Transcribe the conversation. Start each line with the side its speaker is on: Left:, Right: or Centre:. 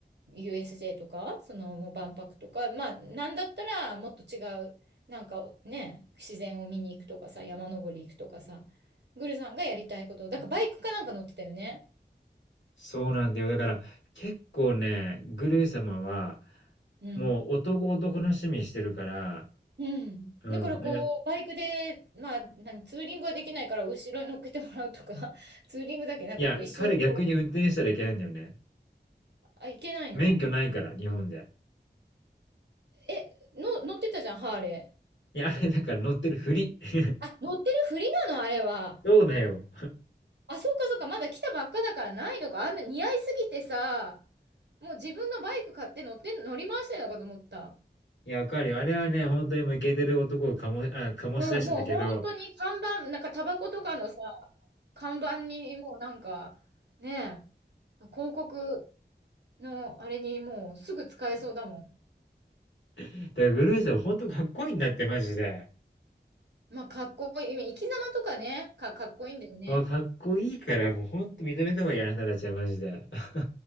Right: USJ とか、そのもう万博とか、まあ、なんだったらもっと違う、なんかね、自然を見に行くとかさ、山登り行くとかさ、グルさんがやりたいこと、だからバイクかなんか乗ってたよね。
Left: そうなんだよ。だから、結構ね、グルー様は、
Right: うん。
Left: もう男男の趣味してるから、
Right: うん。
Left: うん。
Right: だからこう、
Left: なんか、
Right: バイクで、まあ、何、ツーリングはできないから後ろに乗っけてもらうとか、<laughs> ツーリングだけなんかこう一緒にこう、
Left: いや、彼逆に運転したらいけないんだよね。
Right: あ、行けないの
Left: 免許ないから、日本で。
Right: え、の、乗ってたじゃん、ハーレ
Left: いや、<laughs> あれだから乗ってるふり。<laughs>
Right: ー。あ、乗ってるふりなの、あれは。
Left: そうだよ。
Right: あ、そうかそうか、まだ来たばっかだからないのか。あんな似合いすぎてさ、もう自分のバイク買って乗ってん乗り回してるのかと思った。
Left: いや、わかるよ。あれはね、本当にもうイケてる男をかも、あ、醸し出してたけど、
Right: うん、もう本当に看板、
Left: だ
Right: なんかタバコとかのさ、看板にもうなんか、ねえ、広告のあれにもうすぐ使えそうだもん。
Left: からグルーさん本当かっこいいんだって、マジで。
Right: まあ、かっこいい。生き様とかね、か、かっこいいんだよね。
Left: もうかっこいいから、もう本当認めた方がいい、あなたたちはマジで。<laughs>